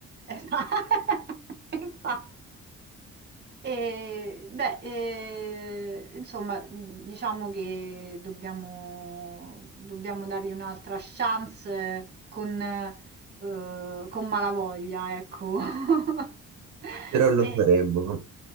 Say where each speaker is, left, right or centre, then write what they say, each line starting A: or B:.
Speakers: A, on the right (about 35°); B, on the right (about 65°).
A: Esatto, <laughs> infatti. E, beh, eh, insomma, diciamo che dobbiamo, dobbiamo dargli un'altra chance eh, con, eh, con malavoglia, ecco. <laughs>
B: Però lo
A: E,
B: faremo